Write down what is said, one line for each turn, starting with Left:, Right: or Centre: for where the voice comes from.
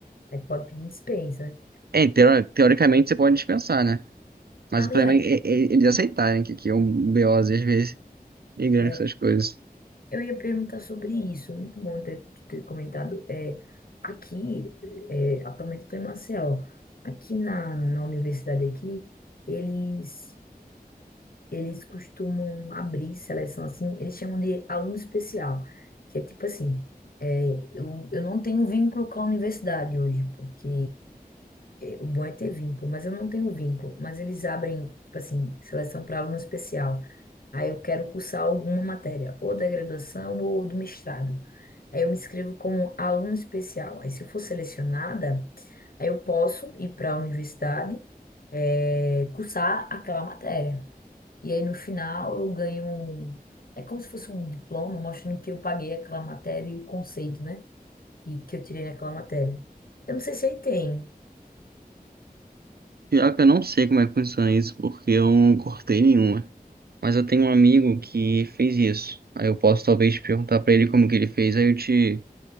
Left: é, pode pedir dispensa, né?
Right: É, teo- teoricamente você pode dispensar, né? Mas
Left: Aliás,
Right: o problema é, é- é eles aceitarem que, que é um BOzinho, às vezes, migrando
Left: é,
Right: com essas coisas.
Left: eu ia perguntar sobre isso. Muito bom ter, ter comentado. É, aqui, é, atualmente eu estou em Maceió. Aqui na, na universidade aqui, eles eles costumam abrir seleção assim, eles chamam de aluno especial, que é tipo assim, é, eu, eu não tenho vínculo com a universidade hoje, porque é, o bom é ter vínculo, mas eu não tenho vínculo, mas eles abrem, tipo assim, seleção para aluno especial. Aí eu quero cursar alguma matéria, ou da graduação ou do mestrado. Aí eu me inscrevo como aluno especial. Aí se eu for selecionada, aí eu posso ir para a universidade, é, cursar aquela matéria. E aí no final eu ganho um. É como se fosse um diploma mostrando que eu paguei aquela matéria e o conceito, né? E que eu tirei naquela matéria. Eu não sei se aí tem.
Right: Pior que eu não sei como é que funciona isso, porque eu não cortei nenhuma. Mas eu tenho um amigo que fez isso. Aí eu posso talvez te perguntar pra ele como que ele fez, aí eu te,